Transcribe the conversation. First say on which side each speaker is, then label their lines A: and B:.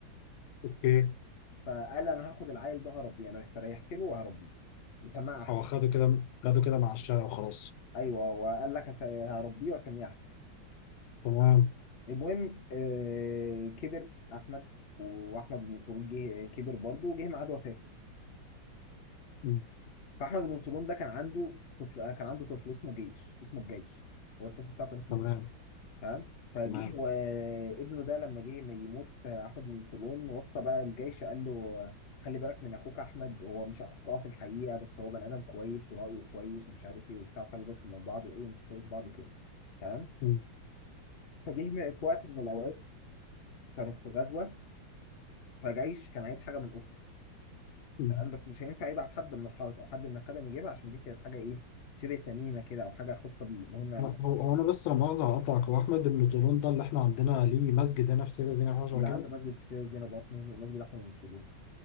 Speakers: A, on the left (about 85°); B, on the left (about 55°).
A: اوكي
B: فقال انا هاخد العيل ده هربيه انا استريحت له وهربيه وسماه احمد
A: هو خده كده خده كده مع الشارع وخلاص
B: ايوه وقال لك هس- هربيه واسميه احمد
A: تمام
B: المهم آه، كبر احمد واحمد بن طولون جه آه، كبر برضه وجه ميعاد وفاته
A: مم.
B: فاحمد بن طولون ده كان عنده طفل آه، كان عنده طفل اسمه جيش اسمه الجيش هو الطفل بتاعه كان اسمه
A: تمام
B: تمام فجه
A: تمام
B: وابنه ده لما جه ما يموت احمد بن طولون وصى بقى الجيش قال له خلي بالك من اخوك احمد هو مش اخوك اه في الحقيقه بس هو بني ادم كويس ورايه كويس ومش عارف ايه وبتاع وخلي بالكم من بعض وايه ما تخسروش بعض كده تمام
A: مم.
B: فجه م- في وقت من الاوقات كانوا في غزوه فجيش كان عايز حاجه من اخته
A: مم.
B: تمام بس مش هينفع يبعت حد من الحرس او حد من الخدم يجيبها عشان دي كانت حاجه ايه شبه ثمينه كده او حاجه خاصه بيه المهم ال-
A: هو هو انا بس لما مؤاخذة هقطعك هو احمد بن طولون ده اللي احنا عندنا ليه مسجد هنا في سيدة زينب حاجه شبه
B: اللي
A: كده
B: عنده مسجد في سيدنا زينب واسمه مسجد احمد بن طولون